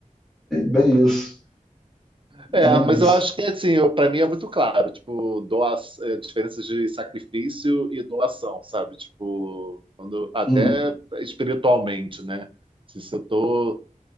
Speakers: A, in the centre; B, on the right.
A: Bem isso.
B: É,
A: Bem
B: mas
A: isso.
B: eu acho que assim, para mim é muito claro, tipo, doa, é, diferenças de sacrifício e doação, sabe? Tipo, quando, até
A: Hum,
B: espiritualmente, né? Se eu tô